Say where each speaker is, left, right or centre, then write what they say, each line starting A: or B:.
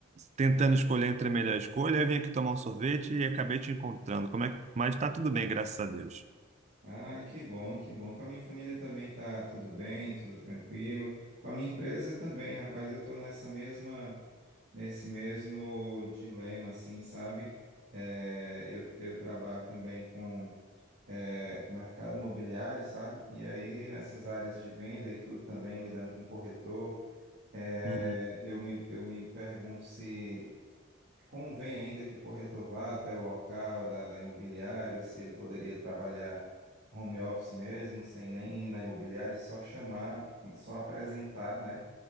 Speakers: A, on the right; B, on the right.
A: tentando escolher entre a melhor escolha. Eu vim aqui tomar um sorvete e acabei te encontrando. Como é que... Mas está tudo bem, graças a Deus.
B: Ah, que bom, que bom. Com a minha família também tá tudo bem, tudo tranquilo. Com a minha empresa também, rapaz, eu tô nessa mesma, nesse mesmo dilema, assim, sabe? É, eu, eu trabalho também com é, o mercado imobiliário, sabe? E aí nessas áreas de venda e tudo também, lidando com corretor, é,
A: Uhum,
B: eu me, eu me pergunto se convém ainda que o corretor vá até o local da, da imobiliária, ou se ele poderia trabalhar home office mesmo, sem nem ir na imobiliária e só chamar, só apresentar, né,